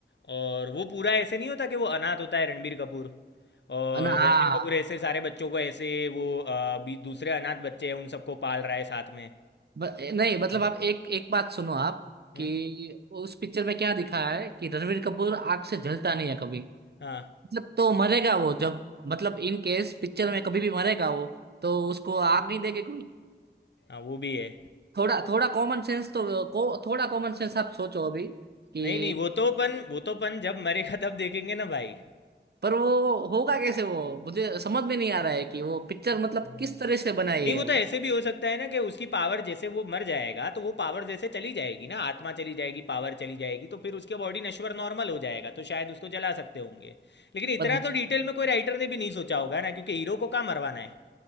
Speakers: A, on the left (about 70°); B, on the right (about 60°).
A: और वो पूरा ऐसे नहीं होता कि वो अनाथ होता है रणबीर कपूर और
B: अ, ना हाँ।
A: रणबीर कपूर ऐसे सारे बच्चों को ऐसे वो अ, बी दूसरे अनाथ बच्चे हैं उन सबको पाल रहा है साथ में।
B: ब, नहीं मतलब
A: हाँ।
B: आप एक एक बात सुनो आप कि
A: हुँ?
B: उस पिक्चर में क्या दिखाया है कि रणवीर कपूर आग से जलता नहीं है कभी
A: हाँ,
B: मतलब तो मरेगा वो जब मतलब इन केस पिक्चर में कभी भी मरेगा वो तो उसको आग नहीं देगी कोई
A: हाँ, वो भी है।
B: थोड़ा थोड़ा कॉमन सेंस तो को, थोड़ा कॉमन सेंस आप सोचो अभी कि
A: नहीं, नहीं, वो तो अपन वो तो अपन जब मरेगा तब देखेंगे ना भाई।
B: पर वो होगा कैसे वो मुझे समझ में नहीं आ रहा है कि वो पिक्चर मतलब
A: हुँ।
B: किस तरह से बनाई
A: नहीं
B: है
A: वो तो
B: वो
A: ऐसे भी हो सकता है ना कि उसकी पावर जैसे वो मर जाएगा तो वो पावर जैसे चली जाएगी ना आत्मा चली जाएगी पावर चली जाएगी तो फिर उसके बॉडी नश्वर नॉर्मल हो जाएगा तो शायद उसको जला सकते होंगे लेकिन इतना
B: पर
A: तो डिटेल में कोई राइटर ने भी नहीं सोचा होगा ना क्योंकि हीरो को कहाँ मरवाना है